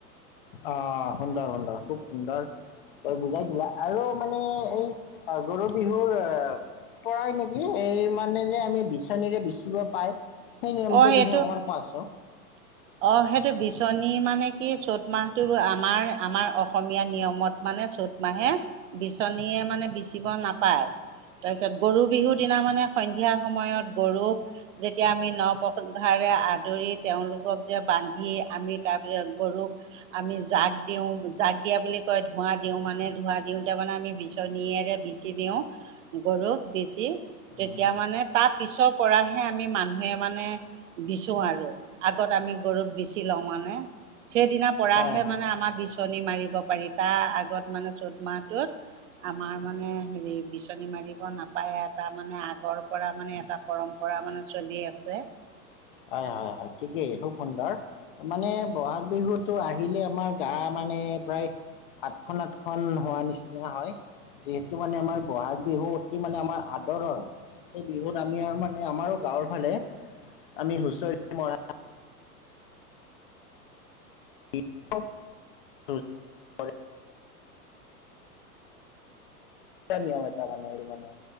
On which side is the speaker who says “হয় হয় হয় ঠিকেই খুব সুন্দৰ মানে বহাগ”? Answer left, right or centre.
Left